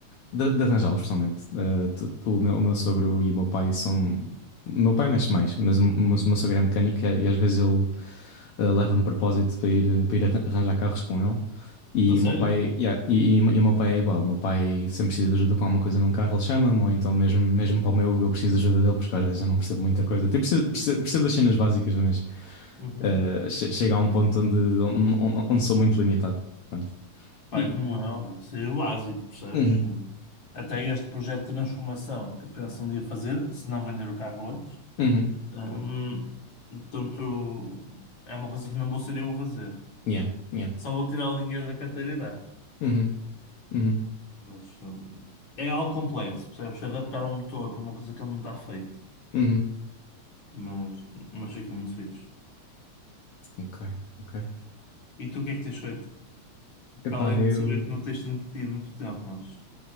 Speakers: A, on the left (about 60°); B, on the left (about 40°).
A: De, de arranjá-los, pessoalmente. Eh, t- o meu, o meu sogro e o meu pai são. O meu pai mexe mais, mas o meu, o meu sogro é mecânico e, a- e às vezes ele eh, leva-me de propósito para ir, eh, para ir arran- arranjar carros com ele. E
B: A sério?
A: o meu pai, e, a- e, e, e o meu pai é igual. O meu pai sempre precisa de ajuda com alguma coisa num carro, ele chama-me, ou então mesmo, mesmo para o meu, eu preciso de ajuda dele, porque às vezes eu não percebo muita coisa. Tipo, percebo, percebo, percebo das cenas básicas, mas
B: Uhum.
A: eh, che- chega a um ponto onde, onde, onde- onde sou muito limitado. Pronto.
B: Pai
A: E.
B: como eu, pá, isso é o básico, percebes?
A: Uhum,
B: Até este projeto de transformação que eu penso um dia fazer, se não vender o carro antes,
A: uhum,
B: hum, portanto, é uma coisa que não vou ser eu a fazer.
A: yeah, yeah,
B: Só vou tirar o dinheiro da carteira e dar.
A: uhum, uhum.
B: Mas hum, é algo complexo, percebes? Adaptar um motor para uma coisa que ele não está feito.
A: Uhum.
B: Mas, mas fica muito fixe.
A: Ok, ok.
B: E tu o que é que tens feito?
A: Epá,
B: Para além
A: eu.
B: de saber que não tens tido muito tempo, mas.